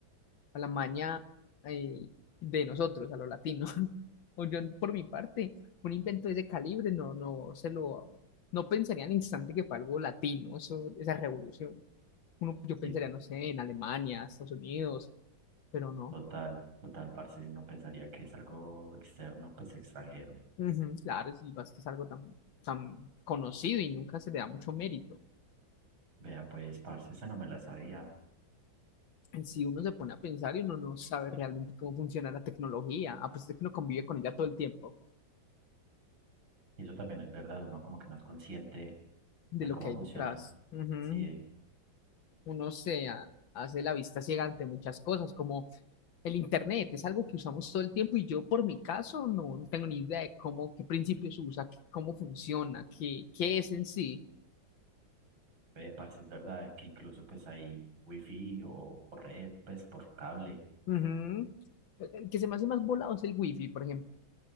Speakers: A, on the left; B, on the right.
A: a la maña eh, de nosotros, a los latinos. <laughs> O yo, por mi parte, un invento de ese calibre no, no se lo, no pensaría al instante que fue algo latino, eso, esa revolución. Uno, yo
B: Sí,
A: pensaría, no sé, en Alemania, Estados Unidos, pero no.
B: total, total, parce, uno pensaría que es algo externo, pues extranjero.
A: Ujú, Claro, si vas que es algo tan, tan conocido y nunca se le da mucho mérito.
B: Vea, pues, parce, esa no me la sabía.
A: Si uno se pone a pensar y uno no sabe realmente cómo funciona la tecnología, a pesar de que uno convive con ella todo el tiempo,
B: Y eso también es verdad, uno como que no es consciente
A: de
B: de
A: lo
B: cómo
A: que hay
B: funcionan.
A: detrás. Ujú.
B: Sí,
A: uno se ha- hace la vista ciega ante muchas cosas, como el Internet, es algo que usamos todo el tiempo y yo por mi caso no, no tengo ni idea de cómo, qué principios usa, qué- cómo funciona, qué, qué es en sí.
B: ve parce, es verdad que incluso pues hay wifi o por red, pues por cable.
A: Ujú. El que se me hace más volado es el wifi, por ejemplo.